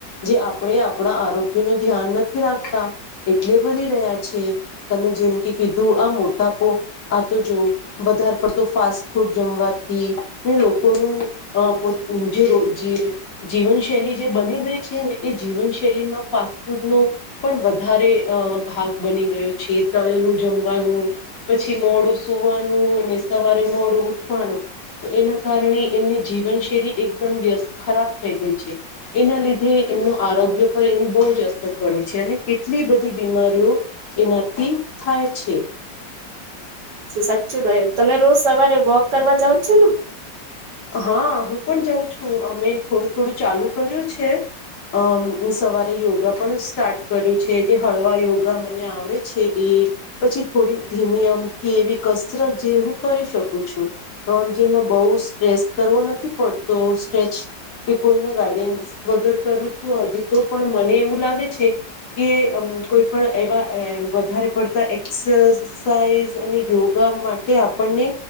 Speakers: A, on the left; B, on the right.
A: જે આપણે આપણા આરોગ્ય ન ધ્યાન નથી રાખતા એટલે વધી રહ્યા છે તમે જેમ કે કીધું આ મોટાપો આ તો જો વધાર પડતો ફાસ્ટ ફૂડ જમવાથી ને લોકોનું અ પો જે જીવનશૈલી જે બની ગઈ છે ને એ જીવનશૈલીમાં ફાસ્ટફૂડનું પણ વધારે અ ભાગ બની ગયો છે તળેલું જમવાનું પછી મોડું સુવાનું અને સવારે મોડું ઉઠવાનું તો એનો કારણે એમની જીવનશૈલી એકદમ વ્યસ્ત ખરાબ થઈ ગઈ છે એના લીધે એમનું આરોગ્ય પર એની બહુ જ અસર પડી છે અને કેટલી બધી બીમારીઓ એનાથી થાય છે
B: સાચું ભાઈ તમે રોજ સવારે વોક કરવા જાઓ છો ને
A: હા હું પણ જાઉં છું અમે થોડું થોડું ચાલુ કર્યું છે અમ સવારે યોગા પણ સ્ટાર્ટ કર્યું છે જે હળવા યોગા મને આવડે છે એ પછી થોડી ધીમી અમથી એવી કસરત જે હું કરી શકું છું પણ જેમાં બહુ સ્ટ્રેસ કરવો નથી પડતો સ્ટ્રેચ કે કોઈને ગાઈડન્સ વગર કરું છું હજી તો પણ મને એવું લાગે છે કે અમ કોઈ પણ એવા એમ વધારે પડતા એક્સરસાઇઝ અને યોગા માટે આપણને